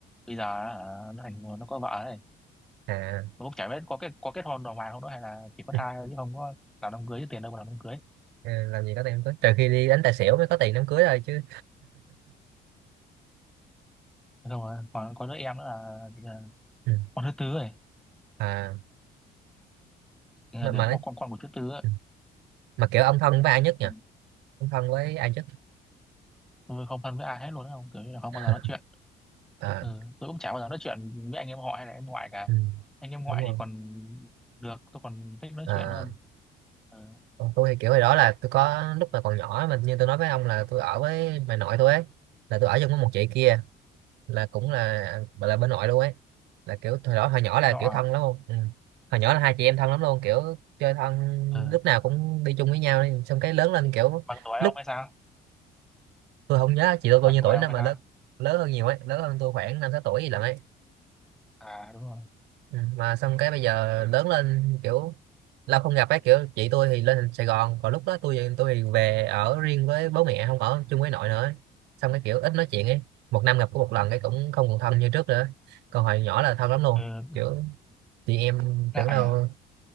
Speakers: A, in the centre; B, on the right.
A: bây giờ ờ, nó thành nó có vợ rồi
B: à
A: nó cũng chả biết có kết có kết hôn đàng hoàng không đó hay là chỉ có
B: ừ,
A: thai thôi chứ không có làm đám cưới chứ tiền đâu mà làm đám cưới
B: làm gì có tiền đám cưới trừ khi đi đánh tài xỉu mới có tiền đám cưới thôi chứ
A: Thế xong rồi còn có đứa em nữa là thì là
B: ừ.
A: con thứ tư rồi
B: à
A: Thì là
B: mà
A: kiểu
B: mà, nói,
A: con con con của thứ tư ấy.
B: ừ, mà kiểu ông thân với ai nhất nhỉ
A: Ừ.
B: ông thân với ai nhất
A: tôi không thân với ai hết luôn á không kiểu như là không
B: <laughs>
A: bao giờ nói chuyện
B: à.
A: Ừ, tôi cũng chả bao giờ nói chuyện với anh em họ hay là em ngoại cả
B: Ừ,
A: anh em ngoại
B: đúng rồi
A: thì còn được tôi còn thích nói
B: à,
A: chuyện hơn ừ.
B: còn tôi thì kiểu hồi đó là tôi có lúc mà còn nhỏ mà như tôi nói với ông là tôi ở với bà nội tôi ấy là tôi ở chung với một chị kia là cũng là bà là bên nội luôn ấy là kiểu hồi đó hồi nhỏ
A: Thì
B: là
A: họ
B: kiểu
A: à
B: thân lắm luôn ừ. hồi nhỏ là hai chị em thân lắm luôn kiểu chơi thân
A: ừ.
B: lúc nào cũng đi chung với nhau ấy. xong cái lớn lên kiểu
A: bằng tuổi
B: lúc
A: ông hay sao
B: tôi không nhớ chị tôi
A: bằng
B: bao nhiêu
A: tuổi
B: tuổi
A: ông
B: nữa
A: hay
B: mà
A: sao
B: lớn lớn hơn nhiều ấy lớn hơn tôi khoảng năm sáu tuổi gì lận ấy
A: à đúng rồi
B: Ừ, mà xong cái bây giờ lớn lên kiểu lâu không gặp ấy kiểu chị tôi thì lên Sài Gòn còn lúc đó tôi thì- tôi thì về ở riêng với bố mẹ không ở chung với nội nữa xong cái kiểu ít nói chuyện
A: ừ.
B: ấy một năm gặp có một lần cái cũng không còn thân như trước nữa còn hồi nhỏ là thân lắm luôn
A: Ừ.
B: kiểu chị em
A: ngại
B: tưởng đâu
A: à